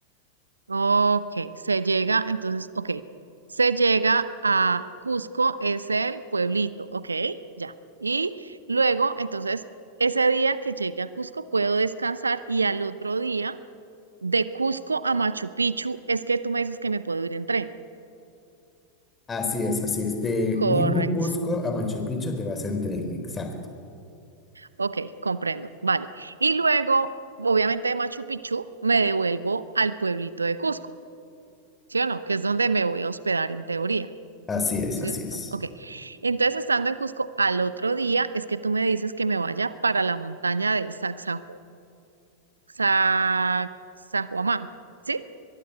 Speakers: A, on the right; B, on the left.
A: Ok, se llega, entonces, ok. Se llega a Cusco, es el pueblito, ok, ya. Y luego, entonces, ese día que llegue a Cusco puedo descansar y al otro día De Cusco a Machu Picchu, es que tú me dices que me puedo ir en tren.
B: Así es, así es. De
A: Correcto.
B: mismo Cusco a Machu Picchu te vas en tren, exacto.
A: Ok, comprendo. Vale. Y luego, obviamente de Machu Picchu, me devuelvo al pueblito de Cusco, ¿sí o no? Que es donde me voy a hospedar en teoría,
B: Así es,
A: ¿cierto?
B: así es.
A: Ok. Entonces, estando en Cusco al otro día, es que tú me dices que me vaya para la montaña de Sacsayhuamán, Sac- Sahuamán, ¿sí?